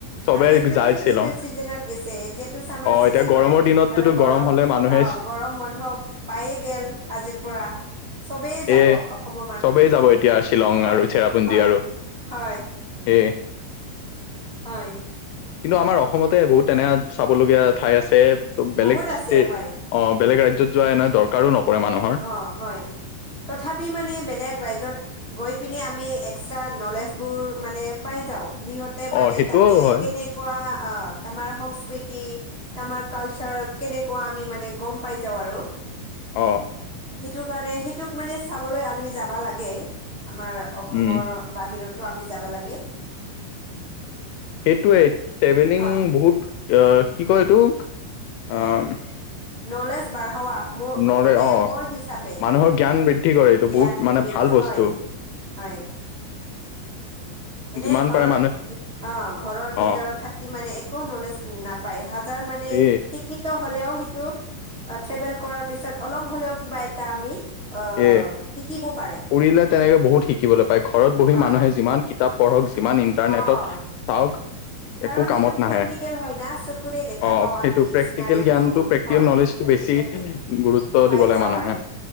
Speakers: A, on the left (about 80°); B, on the right (about 45°).
A: চবে
B: আৰু এইটোতো
A: যায় শ্বিলং
B: এইটো চিজনত গেছে। এতিয়াতো ছামাৰ
A: অ
B: চিজেন
A: এতিয়া গৰমৰ
B: হয়
A: দিনতোতো
B: আৰু গলম
A: গৰম হলে মানুহে
B: অ', গৰম বন্ধ। পায়ে গেল আজিৰ পৰা। চবেই যাব
A: এ
B: অখমৰ মানুহ,
A: চবেই যাব এতিয়া শ্বিলং
B: হয়,
A: আৰু চেৰাপুঞ্জী
B: হয়,
A: আৰু
B: হয়।
A: এ
B: হয়।
A: কিন্তু আমাৰ অসমতে বহুত তেনে চাবলগীয়া ঠাই আছে, ত' বেলেগ
B: বহুত আছে
A: ষ্টে
B: হয়,
A: অ', বেলেগ ৰাজ্যত যোৱা এনে দৰকাৰো নপৰে মানুহৰ।
B: অ', হয়। তথাপি মানে বেলেগ ৰাইজত গৈ পিনে আমি এক্সৰা নলেজ বোৰ মানে পাই যাওঁ, সিহঁত তে মানে
A: অ' সেইটোও
B: তাতে
A: হয়
B: কেনেকুৱা অ তামাৰ সংস্কৃতি তামাৰ কালচাৰ কেনেকুৱা আমি মানে গম পাই যাওঁ আৰু।
A: অ'।
B: সেইটোৰ কাৰণে সেইটোক মানে চাবলে আমি যাবা লাগে, আমাৰ অখমৰ
A: উম
B: বাহিৰতো আমি যাবা লাগে
A: সেইটোৱে, ট্ৰেভেলিং
B: হয়
A: বহুত, আহ কি কয় এইটো, আহ
B: নলেজ বাঢ়োৱা মোৰ
A: নলে
B: মানে
A: অ'
B: মোৰ হিচাপে
A: মানুহৰ
B: হয়,
A: জ্ঞান বৃদ্ধি কৰে এইটো
B: জ্ঞান
A: বহুত মানে
B: বিদ,
A: ভাল বস্তু
B: হয়। হয়। এনে
A: যিমান
B: ঘৰৰ
A: পাৰে মানুহে
B: অ', ঘৰৰ ভিতৰত
A: অ'
B: থাকি মানে একো নলেজ নাপায়, হাজাৰ মানে
A: সেয়ে
B: সি শিক্ষিত হ'লেও সেইটো, ট্ৰেভেল কৰাৰ পিছত অলপ হ'লেও কিবা এটা আমি অ
A: তাকে,
B: শিকিব পাৰে
A: ফুৰিলে
B: হয়
A: তেনেকে বহুত শিকিবলৈ পায়, ঘৰত বহি
B: হয়
A: মানুহে যিমান কিতাপ পঢ়ক, যিমান ইণ্টাৰনেটত
B: হয়
A: চাওঁক
B: কাৰণ
A: একো কামত
B: সেইটো
A: নাহে,
B: প্ৰেক্টিকেল হয় না চকুৰে দেখা
A: অ'
B: পাওঁ
A: সেইটো
B: আমি
A: প্ৰেক্টিকেল
B: চিনাৰীবোৰ
A: জ্ঞানতটো প্ৰেক্টি
B: হয়
A: ল নলেজটো
B: প্ৰেক্টিকেল
A: বেছি গুৰুত্ব
B: পাই
A: দিব লাগ
B: যাওঁ
A: মানুহে,
B: আৰু